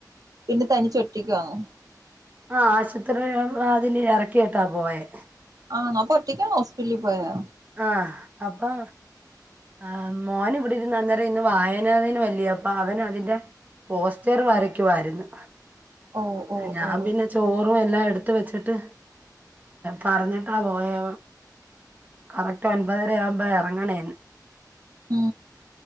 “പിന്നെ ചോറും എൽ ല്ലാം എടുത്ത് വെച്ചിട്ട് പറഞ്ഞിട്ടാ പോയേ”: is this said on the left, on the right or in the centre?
Right